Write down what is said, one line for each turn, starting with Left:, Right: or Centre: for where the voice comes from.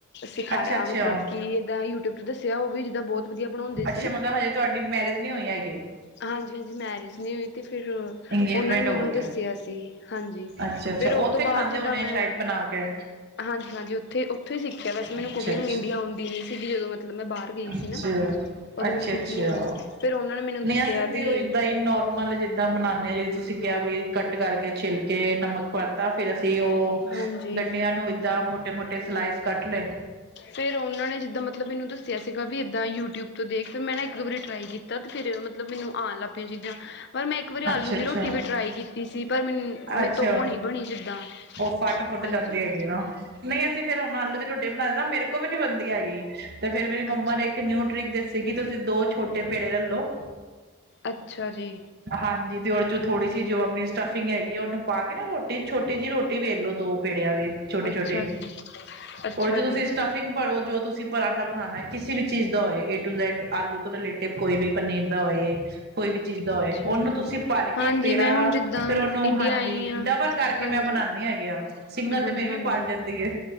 Left: ਸਿਖਾਇਆ
Right: ਅੱਛਾ ਅੱਛਾ
Left: ਮਤਲਬ ਕਿ, ਇਏਦਾਂ ਯੂਟਿਊਬ ਚ ਦੱਸਿਆ ਹੋਵੇ ਜਿੱਦਾਂ ਬਹੁਤ ਵਧੀਆ ਬਣਾਉਂਦੇ ਸੀ।
Right: ਅੱਛੇ ਮਤਲਬ, ਹਜੇ ਤੁਹਾਡੀ ਮੈਰਿਜ? ਨਹੀਂ ਹੋਈ ਹੈਗੇ
Left: ਹਾਂਜੀ- ਹਾਂਜੀ ਮੈਰਿਜ ਨਹੀਂ ਹੋਈ ਅਤੇ ਫਿਰ,
Right: ਇੰਗੇਜਮੈਂਟ
Left: ਉਹਨਾਂ ਨੇ ਮੈਨੂੰ,
Right: ਹੋ ਗਈ
Left: ਦੱਸਿਆ
Right: ਹੈ
Left: ਸੀ। ਹਾਂਜੀ,
Right: ਅੱਛਾ ਅੱਛਾ
Left: ਫਿਰ ਉਹ
Right: ਉੱਥੇ
Left: ਤੋਂ
Right: ਖਾਂਦੇ
Left: ਬਾਅਦ ਜਿੱਦਾਂ
Right: ਹੋਣੇ
Left: ਮੈਂ
Right: ਸ਼ਾਇਦ ਬਣਾ ਕੇ
Left: ਹਾਂਜੀ- ਹਾਂਜੀ ਉੱਥੇ- ਉੱਥੋਂ ਹੀ ਸਿੱਖਿਆ ਵੈਸੇ ਮੈਨੂੰ
Right: ਅੱਛਾ
Left: ਕੁਕਿੰਗ
Right: ਅੱਛਾ
Left: ਇੰਡੀਆ ਆਉਂਦੀ ਨਹੀਂ ਸੀਗੀ, ਜਦੋਂ ਮੈਂ ਮਤਲਬ ਮੈਂ ਬਾਹਰ ਗਈ
Right: ਅੱਛਾ
Left: ਸੀ ਨਾ, ਉਦੋਂ
Right: ਅੱਛਾ
Left: ਮੈਨੂੰ ਕੁਕਿੰਗ
Right: ਅੱਛਾ
Left: ਨਈ ਆਉਂਦੀ ਸੀ, ਫਿਰ ਉਹਨਾਂ ਨੇ ਮੈਨੂੰ
Right: ਨਹੀਂ,
Left: ਦੱਸਿਆ
Right: ਅਸੀਂ ਤੇ
Left: ਵੀ
Right: ਹੀ ਨੋਰਮਲ ਜਿੱਦਾਂ ਬਨਾਣੇ, ਤੁਸੀਂ ਕਿਹਾ, ਵੀ ਕੱਟ ਕਰਕੇ ਛਿਲ਼ ਕੇ ਨਮਕ ਪੜਤਾ ਫ਼ਿਰ ਅਸੀਂ ਉਹ
Left: ਹਾਂਜੀ।
Right: ਗੰਡਿਆਂ ਨੂੰ ਏਦਾਂ, ਮੋਟੇ -ਮੋਟੇ ਸਲਾਈਸ ਕੱਟ ਲਏ
Left: ਫੇਿਰ ਉਹਨਾਂ ਨੇ, ਜਿੱਦਾਂ ਮਤਲਬ ਮੈਨੂੰ ਦੱਸਿਆ ਸੀਗਾ ਵੀ, ਏਦਾਂ ਯੂਟਿਊਬ ਦੇਖ ਫਿਰ ਮੈਂ ਨਾ, ਇੱਕ ਦੋ ਵਾਰੀ ਟਰਾਈ ਕੀਤਾ ਤੇ, ਫਿਰ ਮਤਲਬ ਮੈਨੂੰ, ਆਉਣ ਲੱਗ ਪਈਆਂ ਚੀਜ਼ਾਂ ਪਰ ਮੈਂ ਇੱਕ ਵਾਰੀ,
Right: ਅੱਛਾ
Left: ਆਲੂ ਦੀ
Right: ਅੱਛਾ
Left: ਰੋਟੀ ਵੀ ਟਰਾਈ ਕੀਤੀ ਸੀ, ਪਰ ਮੈਨੂੰ ਮੇਰੇ
Right: ਅੱਛਾ,
Left: ਤੋਂ ਉਹ ਨਹੀਂ ਬਣੀ ਜਿੱਦਾਂ
Right: ਉਹ ਫੱਟ -ਫੁੱਟ
Left: ਹਾਂਜੀ
Right: ਜਾਂਦੀ ਹੈਗੀ ਨਾ ਨਹੀਂ ਅਸੀਂ ਫੇਰ ਹੁਣ ਆਲੂ ਦੀ ਰੋਟੀ ਬਣਾਣੇ ਨਾ, ਮੇਰੇ ਕੋਲ ਵੀ ਨੀ ਬਣਦੀ ਹੈਗੀ, ਤੇ ਫੇ ਮੇਰੀ
Left: ਅੱਛਾ
Right: ਮੰਮਾ ਨੇ ਇੱਕ ਨਿਊ ਟ੍ਰਿਕ ਕਹਿ ਸੀਗੀ, ਤੁਸੀਂ ਦੋ ਛੋਟੇ ਪੇੜੇ ਲਲੋ
Left: ਅੱਛਾ ਜੀ
Right: ਹਾਂਜੀ, ਤੇ ਉਹਦੇ ਚੋਂ ਥੋੜੀ ਜਿ ਜੋ ਆਪਣੀ ਸਟਫਿੰਗ ਹੈਗੀ ਆ, ਉਹਨੂੰ ਪਾ ਕੇ ਨਾ, ਰੋਟੀ ਛੋਟੀ ਜਿਹੀ ਰੋਟੀ ਤੇ ਵੇਲੋ ਲਉ ਦੌ ਪੇੜਿਆਂ ਦੇ, ਛੋਟੇ-ਛੋਟੇ
Left: ਅੱਛਾ ਜੀ ਅੱਛਾ
Right: ਉਹ ਚ ਤੁਸੀਂ
Left: ਜੀ
Right: ਸਟਫ ਫਿਰ ਭਰੋ ਜੋ ਤੁਸੀਂ ਪਰਰਾਠਾ ਬਣਾਣਾ, ਕਿਸੇ ਵੀ ਚੀਜ਼ ਦਾ ਹੋਏ, ਏ ਟੂ ਜੈਡ ਆਲੂ ਤੋਂ ਰਿਲੇਟ ਤੇ ਕੋਈ ਵੀ, ਪਨੀਰ ਦਾ ਹੋਏ ਕੋਈ ਵੀ, ਚੀਜ਼ ਦਾ
Left: ਅੱਛਾ
Right: ਹੋਏ, ਉਹਨੂੰ
Left: ਜੀ
Right: ਤੁਸੀਂ ਭਰ
Left: ਹਾਂਜੀ
Right: ਕੇ ਪੇੜਾ,
Left: ਮੈਂ ਹੁਣ ਜਿੱਦਾਂ
Right: ਫੇਿਰ ਉਹਨੂੰ
Left: ਇੰਡੀਆ
Right: ਹਾਂਜੀ
Left: ਆਈ ਹਾਂ
Right: ਡਬਲ ਕਰਕੇ
Left: ਹਾਂਜੀ
Right: ਮੈਂ ਬਣਾਉਦੇ ਹੈਗੇ ਆ ਉਹ, ਸਿੰਗਲ
Left: ਹਾਂਜੀ
Right: ਤੇ ਮੇਰੀ ਵੀ
Left: ਹਾਂਜੀ
Right: ਪੜ ਜਾਂਦੀ ਹੈ-।